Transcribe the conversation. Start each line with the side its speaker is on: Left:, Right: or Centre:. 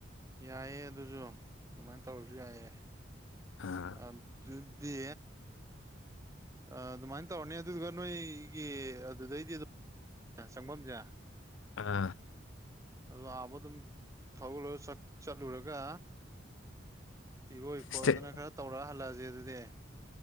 Right: ꯌꯥꯏꯌꯦ ꯑꯗꯨꯁꯨ ꯑꯗꯨꯃꯥꯏꯅ ꯇꯧꯔꯁꯨ ꯌꯥꯏꯑꯦ ꯑ
Left: ꯑꯥ
Right: ꯑꯗꯨꯗꯤ ꯑ ꯑꯗꯨꯃꯥꯏꯅ ꯇꯧꯔꯅꯤ ꯑꯗꯨꯒ ꯅꯣꯏꯒꯤ ꯑꯗꯨꯗꯩꯗꯤ ꯑꯗꯨꯝ ꯑ ꯆꯪꯕꯝꯁꯦ
Left: ꯑꯥ
Right: ꯑꯗꯣ ꯑꯥꯕꯨꯛ ꯑꯗꯨꯝ ꯊꯂꯒ ꯆꯠ ꯆꯠꯂꯨꯔꯒ ꯏꯔꯣꯏꯈꯣꯠꯇꯅ
Left: ꯁ꯭ꯇꯦꯠ
Right: ꯈꯔ ꯇꯧꯔꯛ ꯍꯜꯂꯛꯑꯁꯦ ꯑꯗꯨꯗꯤ